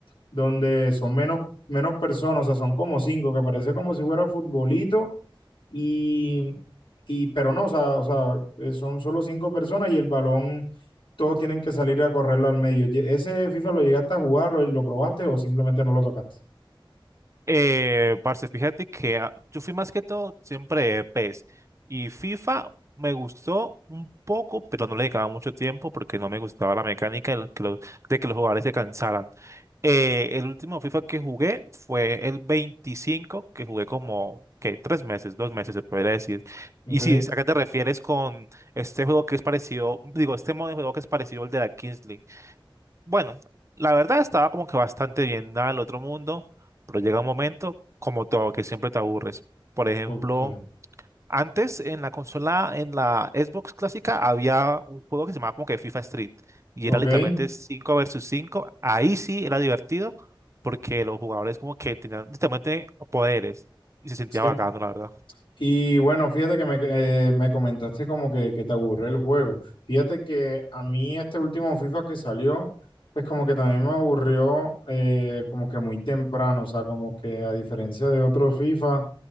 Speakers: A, on the left; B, on the right.
A: donde son menos, menos personas, o sea, son como cinco, que parece como si fuera futbolito, y, y pero no, o sea, o sea, eh, son solo cinco personas y el balón, todos tienen que salir a correrlo al medio. Ye- ¿Ese FIFA lo llegaste a jugar o lo probaste o simplemente no lo tocaste?
B: Eh, parce, fíjate que ah, yo fui más que todo siempre de PES y FIFA me gustó un poco, pero no le dedicaba mucho tiempo porque no me gustaba la mecánica de, lo- que los de que los jugadores se cansaran. Eh, el último FIFA que jugué fue el 25, que jugué como, que Tres meses, dos meses se podría decir.
A: Ok,
B: Y si acá te refieres con este juego que es parecido, digo, este modo de juego que es parecido al de la Kings bueno, la verdad estaba como que bastante bien, nada del otro mundo, pero llega un momento, como todo, que siempre te aburres. Por ejemplo,
A: ok,
B: antes en la consola, en la Xbox clásica, había un juego que se llamaba como que FIFA Street y
A: ok.
B: era literalmente 5 versus 5. Ahí sí era divertido porque los jugadores como que tenían literalmente poderes y se sentía
A: Sí,
B: bacano, la verdad.
A: y bueno, fíjate que me, eh, me comentaste como que, que te aburre el juego. Fíjate que a mí este último FIFA que salió, pues como que también me aburrió eh, como que muy temprano, o sea, como que a diferencia de otros FIFA,